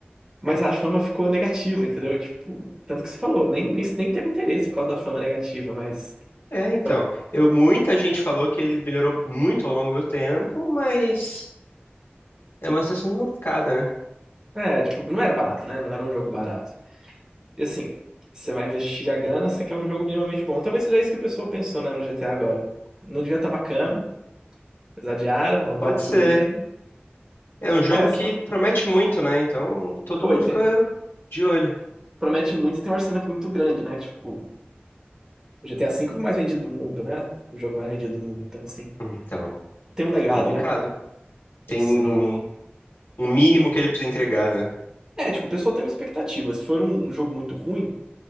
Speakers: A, on the right; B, on the left.
A: Mas a fama ficou negativa, entendeu? Tipo, tanto que você falou, nem, nem, nem teve interesse por causa da fama negativa, mas.
B: É, então.
A: tal-
B: Eu, muita gente falou que ele melhorou muito ao longo do tempo, mas é uma situação complicada, né?
A: É, tipo, não era barato, né? Não era um jogo barato. E assim, você vai investir a grana, você quer um jogo minimamente bom. Talvez seja isso que o pessoal pensou, né, no GTA agora. Não devia estar bacana, eles adiaram, vão dar
B: Pode
A: uma polida.
B: ser. É um jogo
A: Acontece,
B: que
A: não?
B: promete muito, né? Então todo
A: Oi,
B: mundo
A: tem,
B: fica de olho.
A: promete muito e tem um orçamento muito grande, né? Tipo, o GTA V é o mais vendido do mundo, né? O jogo mais vendido do mundo. Então, assim,
B: Então,
A: tem um legado,
B: complicado.
A: né?
B: Tem
A: Se
B: um,
A: não.
B: um mínimo que ele precisa entregar, né?
A: É, tipo, o pessoal tem uma expectativa. Se for um, um jogo muito ruim,